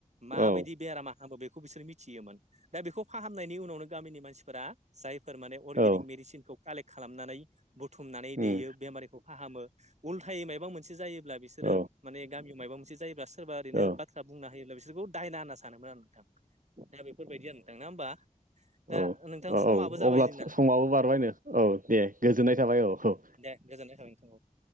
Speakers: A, on the right; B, on the right.
A: माबायदि
B: औ
A: बेरामा फाहामो बेखौ बिसोर मिथियोमोन दा बेखौ फाहामनायनि उनावनो गामिनि मानसिफोरा जायफोर माने अर्गेनिक
B: औ
A: मेडिसिनखौ कालेक्ट खालामनानै बुथुमनानै
B: उम
A: देयो बेमारिखौ फाहामो उल्थायै माबा मोनसे जायोब्ला बिसोरो
B: औ
A: माने गामियाव माबा मोनसे जायोब्ला सोरबा ओरैनो
B: औ
A: ब बुंना होयोब्ला बिसोरखौ दायना होनना सानोमोन आरो नोंथां दा बेफोरबायदि आरो नोंथां ना होमबा दा
B: औ
A: नोंथां
B: औ
A: समाबो
B: औ
A: जाबाय
B: अब्ला
A: जोंना
B: समाबो बारबायनो औ दे गोजोननाय थाबाय औ औ
A: दे गोजोननाय थाबायथां ओ।